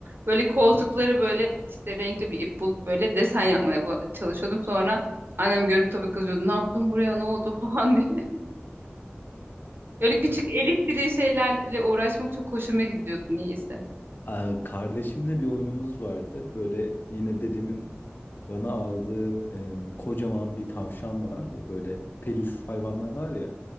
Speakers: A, on the right (about 60°); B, on the left (about 50°).
A: Böyle koltukları böyle işte renkli bir ip bulup böyle desen yapmaya ba- çalışıyordum. Sonra annem görüp tabii kızıyordu. Ne yaptın buraya ne oldu <laughs> falan diye. Öyle küçük el işçiliği şeylerle uğraşmak çok hoşuma gidiyordu niyeyse.
B: Aa, kardeşimle bir oyunumuz vardı. Böyle yine dedemin bana aldığı em, kocaman bir tavşan vardı. Böyle peluş hayvanlar var ya.